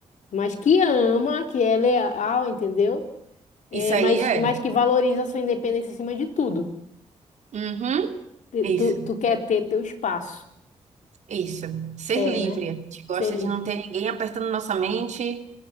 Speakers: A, on the left; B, on the right.
A: mas que ama, que é leal, entendeu? É,
B: Isso aí
A: mas,
B: é.
A: mas que valoriza a sua independência acima de tudo.
B: Uhum.
A: Tu,
B: Isso,
A: tu tu quer ter teu espaço.
B: isso. Ser
A: É,
B: livre.
A: né?
B: A gente gosta
A: Sei lhe,
B: de não ter ninguém apertando nossa mente